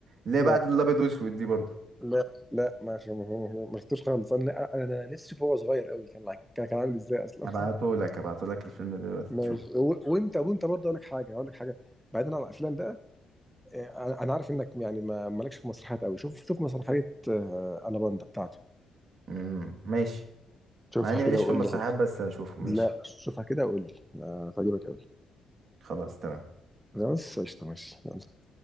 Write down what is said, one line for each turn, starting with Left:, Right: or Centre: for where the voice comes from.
Right: اللي
Centre: لا
Right: هي بعد الابيض واسود دي برضو
Centre: لا لا ما شف- ما ما- ما شفتوش خالص أنا أنا أنا نفسي فيه وهو صغير قوي كان ع- كان عامل إزاي أصلا
Right: ابعته
Centre: <laughs>
Right: لك ابعته لك الفيلم دلوقتي
Centre: ماشي
Right: تشوفه
Centre: و- وأنت وأنت برضه أقول لك حاجة أقول لك حاجة بعيدا عن الأفلام بقى آه، انا عارف انك يعني ما مالكش في مسرحيات قوي شوف شوف مسرحيه آه، الاباندا بتاعته
Right: امم ماشي
Centre: شوفها
Right: مع اني
Centre: كده
Right: ماليش
Centre: وقول
Right: في المسرحيات
Centre: لي رأيك.
Right: بس هشوفه
Centre: لا
Right: ماشي
Centre: شوفها كده وقول لي آه، هتعجبك قوي
Right: خلاص تمام
Centre: بس قشطه ماشي يلا.